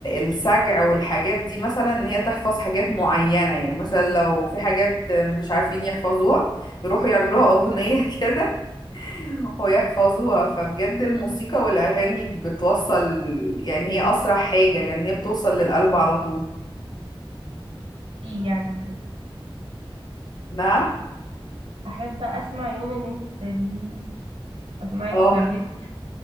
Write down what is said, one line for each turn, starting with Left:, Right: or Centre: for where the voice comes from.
Left: السجع والحاجات دي مثلا ان هي تحفظ حاجات معينة يعني مثلا لو في حاجات مش عارفين يحفظوها يروحوا يعملوها اغنية <laughs> كده ويحفظوها فبجد الموسيقى والاغاني بتوصل يعني هي اسرع حاجة لان هي بتوصل للقلب على طول
Right: ايه يعني كده
Left: نعم
Right: احب اسمع يوم ان انت بتعزفي اسمعك
Left: اه
Right: بتعزفي